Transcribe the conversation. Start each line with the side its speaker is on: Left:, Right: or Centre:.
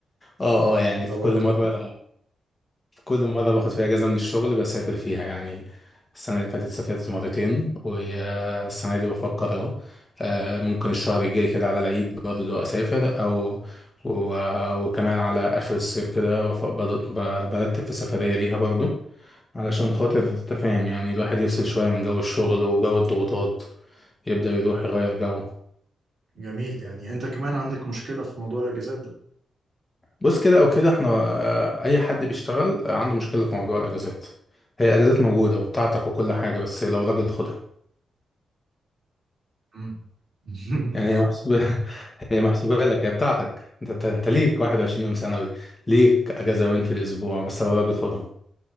Left: اه اه يعني
Right: انت
Left: في
Right: برضو
Left: كل مره كل مرة
Right: مم.
Left: باخد فيها أجازة من الشغل بسافر فيها يعني السنة اللي فاتت سافرت مرتين والسنة دي بفكر أهو آه، ممكن الشهر الجاي كده على العيد برضه أسافر أو و- وكمان على آخر الصيف كده بف- بد- ب- برتب في سفرية ليها برضه علشان خاطر تفاهم يعني الواحد يفصل شوية من جو الشغل وجو الضغوطات يبدأ يروح يغير جو
Right: جميل يعني انت كمان عندك مشكلة في موضوع الاجازات ده
Left: بص كده أو كده احنا آه، أي حد بيشتغل آه، عنده مشكلة في موضوع الأجازات هي الأجازات موجودة وبتاعتك وكل حاجة بس لو راجل خدها
Right: مم. <laughs>
Left: يعني هي محسوبة <laughs> هي محسوبة لك هي بتاعتك انت انت أنت ليك 21 يوم سنوي ليك اجازة يومين في الاسبوع بس لو راجل خدهم